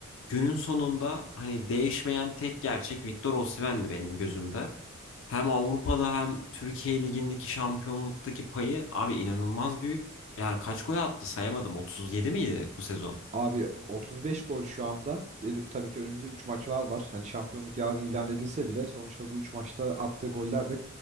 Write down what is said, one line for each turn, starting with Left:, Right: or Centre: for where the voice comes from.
Left: günün sonunda hani değişmeyen tek gerçek Victor Osimhen'di benim gözümde. Hem Avrupa'da hem Türkiye Ligi'ndeki şampiyonluktaki payı abi inanılmaz büyük. Yani kaç gol attı sayamadım. 37 miydi bu sezon?
Right: Abi 35 gol şu anda. E, Tabii ki önümüzde 3 maç var var. Hani şampiyonluk yarın ilan edilse bile sonuçta bu 3 maçta attığı goller de